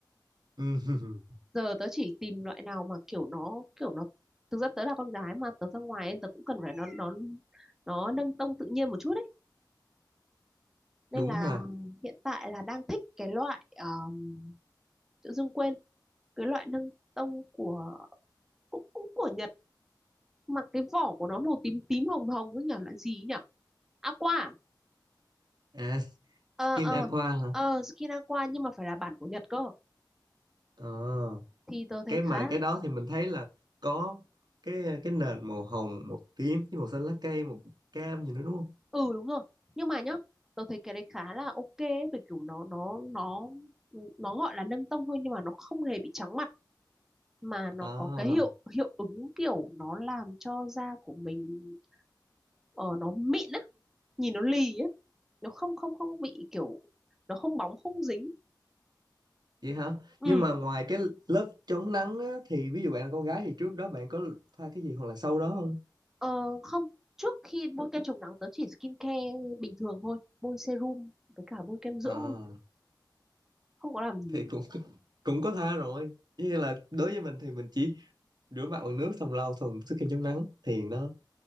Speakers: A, on the right (about 65°); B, in the centre.
A: <laughs>
B: giờ tớ chỉ tìm loại nào mà kiểu nó kiểu nó thực ra tớ là con gái mà tớ ra ngoài ấy, tớ cũng cần phải nó nó nó nâng tông tự nhiên một chút ấy nên
A: đúng
B: là
A: ha
B: hiện tại là đang thích cái loại uh, tự dưng quên cái loại nâng tông của cũng cũng của Nhật mà cái vỏ của nó màu tím tím hồng hồng ấy nhỉ loại gì ấy nhỉ aqua à?
A: à,
B: ờ
A: skin
B: Ừ. ờ
A: aqua hả
B: ờ skin aqua nhưng mà phải là bản của Nhật cơ
A: ờ
B: thì tớ thấy
A: cái mà
B: khá
A: cái đó thì mình thấy là có cái cái nền màu hồng màu tím với màu xanh lá cây màu cam gì nữa đúng không
B: ừ đúng rồi nhưng mà nhá tớ thấy cái đấy khá là ok ấy, bởi kiểu nó nó nó ừ, nó gọi là nâng tông thôi nhưng mà nó không hề bị trắng mặt mà nó
A: à
B: có cái hiệu hiệu ứng kiểu nó làm cho da của mình ờ, nó mịn á nhìn nó lì á nó không không không bị kiểu nó không bóng không dính
A: vậy hả
B: ừ
A: nhưng mà ngoài cái lớp chống nắng á, thì ví dụ bạn là con gái thì trước đó bạn có thoa cái gì hoặc là sau đó không
B: ờ, không trước khi bôi kem chống nắng tớ chỉ skin care bình thường thôi bôi serum với cả bôi kem dưỡng
A: à
B: thôi không có làm gì.
A: thì cũng <laughs> cũng có tha rồi như là đối với mình thì mình chỉ rửa mặt bằng nước xong lau xong sức kem chống nắng thì nó